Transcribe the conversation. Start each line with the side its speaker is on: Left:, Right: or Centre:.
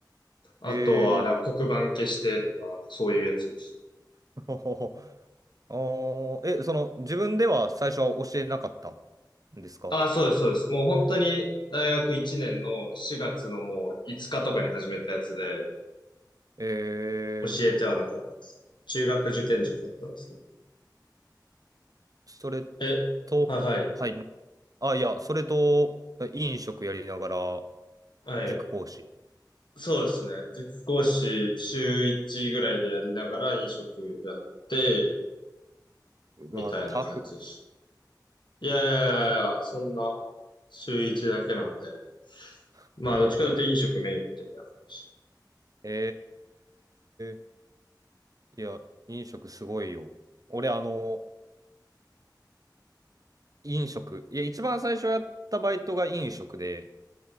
Left: あとは、
Right: え
Left: なんか黒板消してとか、
Right: ー、
Left: なんかそういうやつです。
Right: <laughs> ほほほあーえ、その、自分では最初は教えなかったんですか
Left: あ、そうです、そうです。もう本当に大学1年の4月のもう5日とかに始めたやつで、
Right: え
Left: 教えてはなかったです。
Right: ー、
Left: 中学受験塾だったんですけど。
Right: それ
Left: え、
Right: と、
Left: はいはい。
Right: はい。あ、いや、それと、飲食やりながら、
Left: はい。
Right: 塾講師。
Left: そうですね。塾講師週1ぐらいでやりながら飲食やって、
Right: うわ、
Left: みたいな感じです。
Right: タフ、
Left: いやいやいやいや、
Right: タフ。
Left: そんな週1だけなんで。
Right: <laughs>
Left: まあ、どっちかというと飲食メインみたいになってまし
Right: えー、いや、飲食すごいよ。俺、あの、飲食。いや、一番最初やったバイトが飲食で、